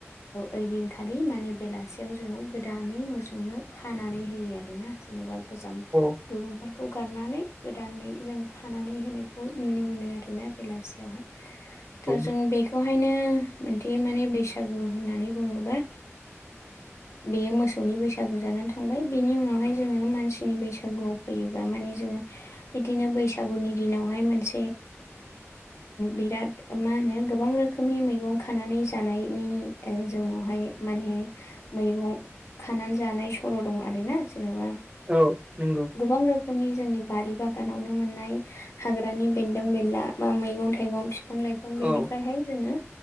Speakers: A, on the left (about 75°); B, on the right (about 25°).
A: ओइदिनखालि माने बेलासियाव जों गोदानै मोसौनो खानानै होयो आरोना जेनबा गोजाम
B: औ
A: दुरुंफोरखौ गारनानै गोदानै जों खानानै होनाय। खौ नुनो मोनो आरोना बेलासियावहाय थ'
B: औ
A: जों बे बेवहायनो मोनसे माने बैसागु होननानै बुंङो बा बेयो मोसौनि बैसागु जानानै थांबाय बिनि उनावहाय जोंङो मानसिनि बैसागुआव फैयोबा माने जोंङो बिदिनो बैसागुनि दिनावहाय मोनसे बिराद मा होनो गोबां रोखोमनि मैगं खानानै जानायनि ओ जोंनावहाय माने मैगं खानानै जानाय सर' दं आरोना जेन'बा।
B: औ नंगौ
A: गोबां रोखोमनि जोंनि बारि बागानावनो मोननाय हाग्रानि बेन्दों बेनला बा मैगं थाइगं बिफां लाइफां बेनिफ्रायहाय
B: औ
A: जोंङो